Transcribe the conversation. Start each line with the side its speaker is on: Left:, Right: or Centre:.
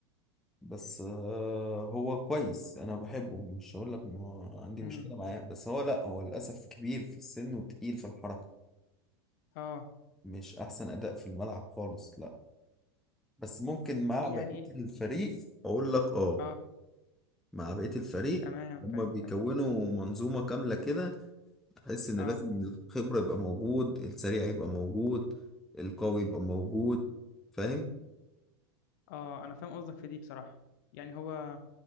Centre: بس آه، هو كويس أنا بحبه مش هقول لك ما عندي
Left: امم
Centre: مشكلة معاه بس هو لا هو للأسف كبير في السن وتقيل في الحركة
Left: اه
Centre: مش أحسن أداء في الملعب خالص لا بس ممكن مع
Left: يعني
Centre: بقية الفريق أقول لك أه
Left: اه
Centre: مع بقية الفريق
Left: تمام
Centre: هما
Left: فهمتك
Centre: بيكونوا منظومة كاملة كده تحس إن
Left: اه
Centre: لازم الخبرة يبقى موجود السريع يبقى موجود القوي يبقى موجود فاهم
Left: اه انا فاهم قصدك في دي بصراحه يعني هو